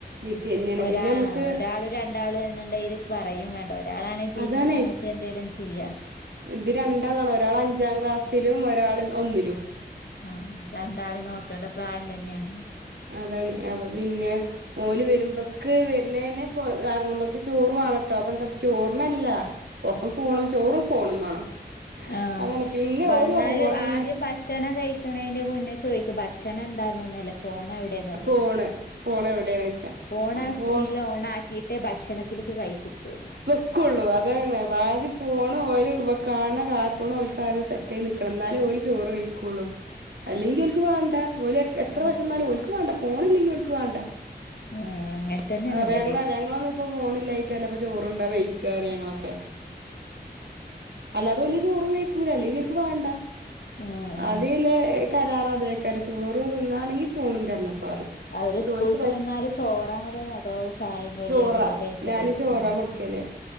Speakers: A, on the right; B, on the left.
A: ബിസി തന്നെയാണ്
B: ഉം ഒരാ
A: പിന്നെ നമുക്ക്
B: ഒരാളും രണ്ടാളും എന്നുണ്ടെങ്കില് പറയും വേണ്ട ഒരാളാണെങ്കി പിന്നിം
A: അതാണേ
B: ഞമക്ക് എന്തേലും ചെയ്യാ
A: ഇത് രണ്ടാളാണ് ഒരാൾ അഞ്ചാം ക്ലാസ്സിലും ഒരാൾ ഒന്നിലും
B: ആഹ് രണ്ടാളി നോക്കണ്ട പ്രായം തന്നെയാണ്
A: അതാണ് അപ്പൊ പിന്നെ ഓല് വരുമ്പക്ക് വരുന്നന്നെ പ് എറങ്ങുമ്പക്ക് ചോറ് വാണംട്ടോ അപ്പൊ എന്താ ചോറിനല്ല ഒപ്പം ഫോണും ചോറും ഫോണും വേണം
B: ആഹ്
A: അതാണ് പിന്നെ
B: വന്നാല്
A: ഓല് ഒറങ്ങോളം പിന്നെ
B: ആദ്യം ഭക്ഷണം കയ് ക്ക്ണന്റെ മുന്നേ ചോയ്ക്ക ഭക്ഷണം എന്താന്നൊന്നുല്ല ഫോണെവ് ടേന്നാ
A: ഫോണ്
B: ചോയ്ക്കാ
A: ഫോൺ എവിടെന്ന് വെച്ചാ
B: ഫോണാ
A: അപ്പൊ
B: ആ
A: ഫോൺ
B: സ്ക്രീനിൽ ഓണാ ക്കീട്ടെ ഭക്ഷണത്തിൽക്ക് കൈ കുത്തോളൂ
A: വെക്കുള്ളൂ അതാണ് വാദ്യ ഫോണ് ഓൽ കാണ്ണ കാർട്ടൂൺ ഓൽക്ക് ആദ്യ സെറ്റ് റ്റേഹ് ന്ന്ക്കണം എന്നാലേ ഓൽ ചോറ് വൈക്കുള്ളൂ അല്ലെങ്കിൽ ഓൽക്ക് വേണ്ട ഓലെത്ര
B: ആ
A: വെശന്നാലും ഓൽക്ക് വേണ്ട ഫോണില്ലെങ്കിൽ ഓൽക്ക് വേണ്ട
B: ആഹ് അങ്ങനെ തന്നെയാണ്
A: ആ ഇപ്പ
B: ഇവടിം
A: ഞങ്ങളറിം ഞങ്ങളൊന്നും ഇപ്പൊ ഫോണ് ഇല്ലായിട്ടല്ലെപ്പ ചോർണ്ടാ വൈക്കാറി ഞങ്ങളൊക്കെ അല്ലാതോൽ ചോറും വൈക്കൂല അല്ലെങ്കി ഓൽക്ക് വേണ്ട
B: ആ ആ
A: ആദ്യേല്ലേ കരാറതേക്കാരം ചോറ് തിന്നാണെങ്കി ഫോ ഫോണും തരണംട്ടോ പറയും
B: അവര്
A: ഇന്നട്ട്
B: സ്കൂളിട്ട്
A: ഓല്ക്ക്
B: വന്നാല് ചോറാണതോ അതോ ചായയും കടിയായിട്ട്
A: ചോറാ
B: അതോ ബേക്കറായോ
A: ഞാന് ചോറാ
B: ഉം
A: കൊടുക്കല്